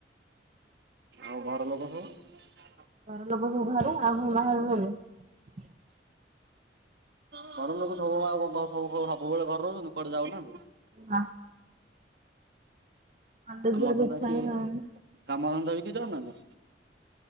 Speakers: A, on the right (about 60°); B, on the right (about 40°).
A: ଆଉ ଘର ଲୋକ ସବୁ?
B: ଘର ଲୋକ ସବୁ ଭଲ ଆଉ ଭଲ <unintelligible>
A: ଘର ଲୋକ ସବୁ ଆଉ କଣ <unintelligible> ସବୁ ସବୁବେଳେ ଘରେ ରହୁଚନ୍ତିୁ କୁଆଡେ ଯାଉନାହାନ୍ତି?
B: ହଁ। କଲେଜ
A: ଆମକୁ
B: ଯିବାକୁ ଇଚ୍ଛା
A: ବେଶୀ,
B: ହିଁ ହଉନି
A: କାମଧନ୍ଦା ବିକିଚ ନା କଣ